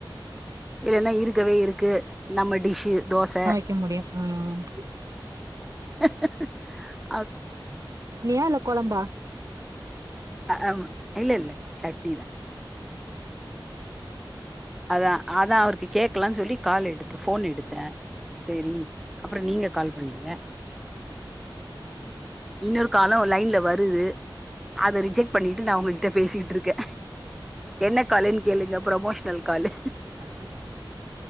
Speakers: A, in the centre; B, on the right (about 40°).
A: இல்லன்னா இருக்கவே இருக்கு நம்ம டிஷ்ஷு தோச
B: க்க முடியு‌ ம்
A: <unintelligible>
B: வியா இல்ல கொழம்பா
A: அ அம் இல்லெல்ல சட்னி தா அதா அதா அவருக்கு கேக்கலான் சொல்லி கால் எடுத்த ஃபோன் எடுத்தே சேரி அப்ற‌ நீங்க கால் பண்ணீங்க இன்னொரு காலு லைன்ல வருது அத ரிஜெக்ட் பண்ணிட்டு நா உங்ககிட்ட பேசிட்ருக்கே என்ன காலுன் கேளுங்க புரமோஷ் னல் காலு
B: யா